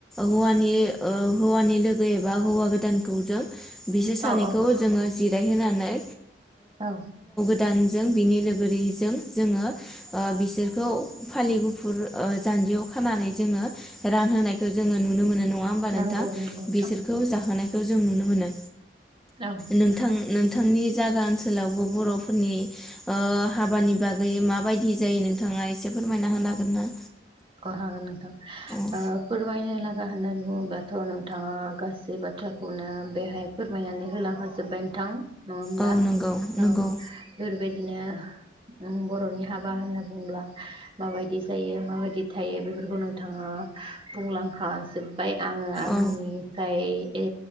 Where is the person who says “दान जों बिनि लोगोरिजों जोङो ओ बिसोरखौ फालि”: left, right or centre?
Centre